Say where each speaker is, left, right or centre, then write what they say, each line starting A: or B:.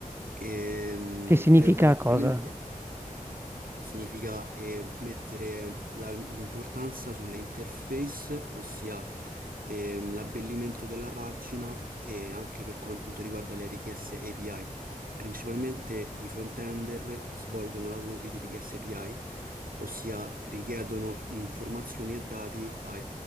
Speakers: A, on the right; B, on the right.
A: ehm,
B: Che significa
A: prevalentemente
B: cosa?
A: significa eh, mettere la- l'importanza sulle interface, ossia ehm, l'abbellimento della pagina e anche per quanto riguarda le richieste API. Principalmente i front-ender svolgono lavori di richieste API, ossia richiedono informazioni e dati ai,